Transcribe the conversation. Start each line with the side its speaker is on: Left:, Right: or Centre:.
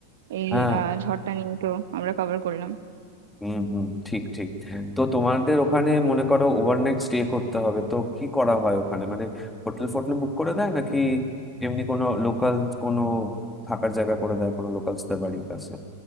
Right: এই
Centre: হ্যাঁ
Right: আহ, ঝড়টা নিয়ে তো আমরা কভার করলাম
Centre: হুম হুম ঠিক ঠিক তো তোমাদের ওখানে মনে করো ওভারনাইট স্টে করতে হবে তো কি করা হয় ওখানে মানে হোটেল ফোটেল বুক করে দেয় নাকি এমনি কোনো লোকাল কোনো থাকার জায়গা করে দেয় কোনো লোকালসদের বাড়ির কাছে